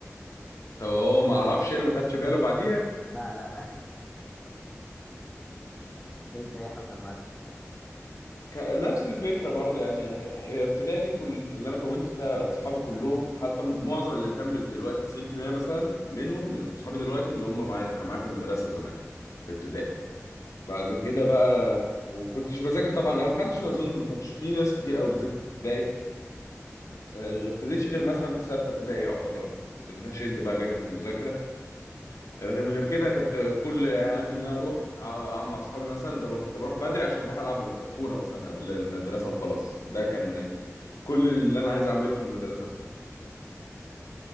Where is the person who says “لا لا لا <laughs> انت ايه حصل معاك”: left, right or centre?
Left